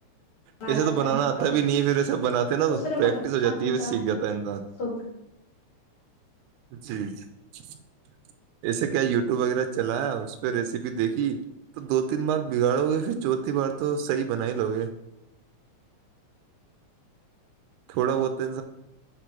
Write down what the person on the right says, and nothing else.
ایسے
تو بنانا
آتا
بھی نہیں پھر ایسا بناتے نا تو
پریکٹس
ہو جاتی
ہے پھر سیکھ جاتا ہے انسان
جی ج ایسے کیا یوٹیوب وغیرہ چلا اس پہ ریسیپی دیکھی تو دو تین بار بگاڑو گے پھر چوتھی بار تو صحی بنا ہی لو گے تھوڑا بہت